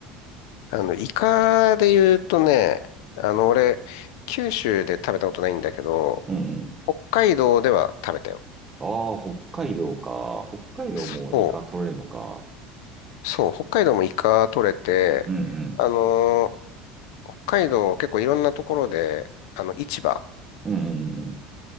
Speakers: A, on the left; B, on the right.
A: あの、イカで言うとね、あの、俺、九州で食べたことないんだけど、
B: うんうん。
A: 北海道では食べたよ。
B: ああ、北海道か。北海道もイカ取れるのか。
A: そう。そう。北海道もイカ取れて、
B: うんうん。
A: あのー北海道結構いろんなところで、あの、市場
B: うんうんうんうん。